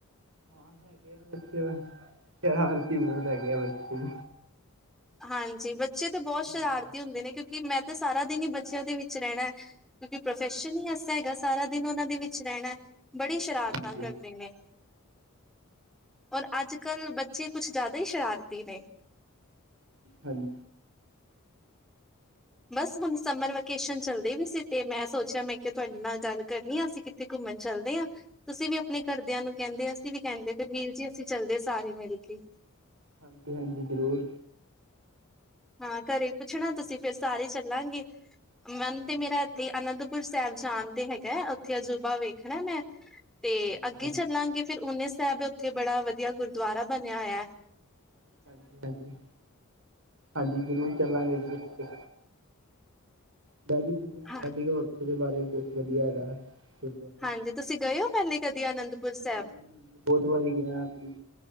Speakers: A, on the right (about 65°); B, in the centre.
A: ਹਾਂ ਹੈਗੇ ਆ ਬੱਚੇ, ਸ਼ਰਾਰਤੀ ਬਹੁਤ ਹੈਗੇ ਆ ਬੱਚੇ।
B: ਹਾਂਜੀ। ਬੱਚੇ ਤੇ ਬਹੁਤ
A: ਹਮ
B: ਸ਼ਰਾਰਤੀ ਹੁੰਦੇ ਨੇ ਕਿਉਂਕਿ ਮੈਂ? ਮੈਂ ਤੇ ਸਾਰਾ ਦਿਨ ਹੀ ਬੱਚਿਆਂ ਦੇ ਵਿੱਚ ਰਹਿਣਾ ਹੈ। ਕਿਉਂਕਿ ਪ੍ਰੋਫੈਸ਼ਨ
A: ਹਾਂ ਹਾਂਜੀ
B: ਹੀ ਐਸਾ ਹੈਗਾ ਸਾਰਾ। ਸਾਰਾ ਦਿਨ ਉਹਨਾਂ ਦੇ ਵਿੱਚ ਰਹਿਣਾ। ਬੜੀ ਸ਼ਰਾਰਤਾਂ
A: ਹਾਂਜੀ
B: ਕਰਦੇ ਨੇ ਔਰ ਅੱਜ ਕੱਲ੍ਹ ਬੱਚੇ। ਕੁਛ ਜ਼ਿਆਦਾ ਹੀ ਸ਼ਰਾਰਤੀ ਨੇ?
A: ਹਾਂਜੀ।
B: ਬਸ ਹੁਣ ਸਮਰ ਵੈਕੇਸ਼ਨ ਚੱਲਦੇ ਵੀ ਸੀ ਤੇ ਮੈਂ ਸੋਚਿਆ ਮੈਂ ਕਿਹਾ ਤੁਹਾਡੇ ਨਾਲ ਗੱਲ ਕਰਨੀ ਆ ਅਸੀਂ ਕਿੱਥੇ ਘੁੰਮਣ ਚੱਲਦੇ ਹਾਂ ਤੁਸੀਂ ਵੀ ਆਪਣੇ ਘਰਦਿਆਂ ਨੂੰ ਕਹਿੰਦੇ ਅਸੀਂ ਵੀ ਕਹਿੰਦੇ ਪਏ ਵੀਰ ਜੀ ਅਸੀਂ ਚੱਲਦੇ ਸਾਰੇ ਮਿਲ ਕੇ।
A: ਹਾਂਜੀ ਹਾਂਜੀ ਜ਼ਰੂਰ।
B: ਹਾਂ ਘਰੇ ਪੁੱਛਣਾ ਤੁਸੀਂ ਫਿਰ ਸਾਰੇ ਚੱਲਾਂਗੇ? ਮਨ
A: ਹਾਂਜੀ
B: ਤੇ ਮੇਰਾ ਇੱਥੇ ਹੀ ਆਨੰਦ। ਪੁਰ ਸਾਹਿਬ ਜਾਣ ਤੇ ਹੈਗਾ ਹੈ ਉੱਥੇ ਅਜੂਬਾ ਵੇਖਣਾ ਮੈਂ? ਤੇ
A: ਹਾਂਜੀ
B: ਅੱਗੇ
A: ਹਾਂਜੀ
B: ਚੱਲਾਂਗੇ ਫੇਰ ਉਨੇ। ਸਾਹਿਬ ਉੱਥੇ ਬੜਾ ਵਧੀਆ ਗੁਰਦੁਆਰਾ ਬਣਿਆ ਹੋਇਆ ਹੈ।
A: ਹਾਂਜੀ, ਹਾਂਜੀ, ਹਾਂਜੀ। ਜ਼ਰੂਰ ਚੱਲਾਂਗੇ, ਜੀੇ। ਦੈਡੀੀ ਚਂ ਅਲਾੀਗੇ
B: ਹਾਂ
A: ੱਥੇ ਬਾਰੇ <unintelligible> ਬਹੁਤ ਵਧੀਆ ਹੈਗਾ। ਗੁਰਦੁਆਰੇ
B: ਹਾਂਜੀ, ਤੁਸੀਂ ਗਏ ਹੋ ਪਹਿਲੇ ਕਦੀ ਅਨੰਦਪੁਰ ਸਾਹਿਬ?
A: ਹਾਂਜੀ ਹਾਂਜੀ ਬਹੁਤ ਵਾਰੀ ਗਏ ਹਾਂ ਅਸੀਂ